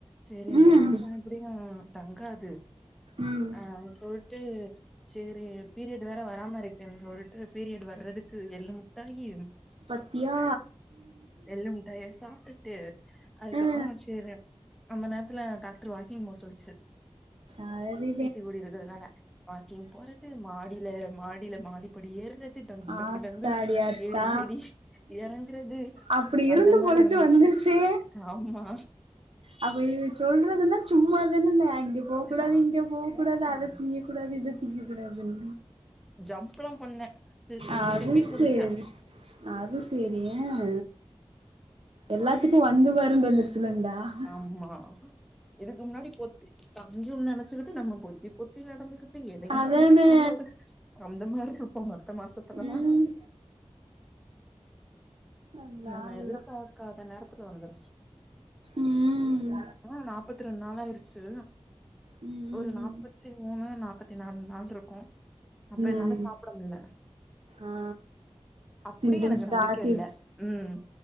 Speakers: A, in the centre; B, on the right.
A: செரி இந்த
B: ம்
A: மாச
B: ம்
A: எப்புடியு தங்காது
B: ம்
A: அ சொல்ட்டு செரி பீரியெட்டு வேற‌ வராம இருக்கின் சொல்ட்டு பீரியெட்டு வர்றதுக்கு எள்ளு முட்டாயி
B: பத்தியா
A: ளு முட்டாயி சாப்ட்டுட்டு அதுக்கப்புறோ
B: ஆ
A: சேரி அந்த நேரத்துல டாக்டர் வாக்கிங் போ சொல்லுச்சு
B: சரி
A: பீ சி ஓ டி இருக்கிறத்னால வாக்கிங் போறது மாடில மாடில மாடி படி ஏறுறது டங்கு டங்கு
B: ஆத்தாடி
A: டங்குனு
B: ஆத்தா
A: ஏறி ஏறி எறங்குறது
B: அப்டி இருந்து
A: அந்த மார்
B: பொழச்சு
A: ருந்துச்சு
B: வந்துருச்சே
A: ஆமா
B: அப்ப இவிக சொல்றதுலா சும்மாதான அங்க போ கூடாது
A: ஆ
B: இங்க போ கூடாது அத
A: ம்
B: திங்க கூடாது இத திங்க கூடாதுன்
A: ஜம்ப்பலா பண்ண ஸி
B: அது
A: ஸ்கிப்பிங்
B: சேரி
A: குதிச்ச
B: அது செரி அ எல்லாத்துக்கு வந்து வரு தெரிஞ்சிருச்சில இந்த அ
A: ஆமா இதுக்கு முன்னாடி பொத்தி தஞ்சுன் நெனச்சிக்கிட்டு நம்ம பொத்தி பொத்தி நடந்து கிட்டு எதயு
B: அதானே
A: தூக்காம இரு அந்த மாரிருப்போ மத்த மாசத்துலலா
B: ம் அல்லா
A: நம்ம
B: அல்லா
A: எதிர்பாக்காத நேரத்துல வந்துரிச்சு
B: ம்
A: ஆ நாப்பத்தி ரெண் நாளாயிருச்சி
B: ம் ம்
A: ஒரு நாப்பத்தி
B: ம்
A: மூணு நாப்பத்தி நால் நாள்ருக்கு அப்ப என்னால
B: ம்
A: சாப்பிட முல்ல
B: ஆ
A: அப்பிடியு
B: சிம்டம்ஸ்
A: எனக்கு நம்பிக்க
B: காட்டிருச்சு
A: இல்ல ம்